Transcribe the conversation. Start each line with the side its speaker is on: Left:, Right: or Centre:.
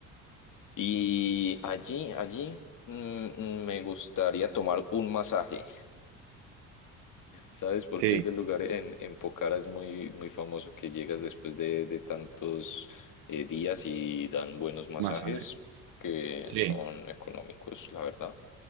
Left: Y allí, allí mm, mm, me gustaría tomar un masaje. ¿Sabes por
Right: sí,
Left: qué ese lugar en, en Pokhara es muy, muy famoso que llegas después de, de tantos eh, días y dan buenos masajes
Right: masaje.
Left: que
Right: Sí,
Left: son económicos, la verdad?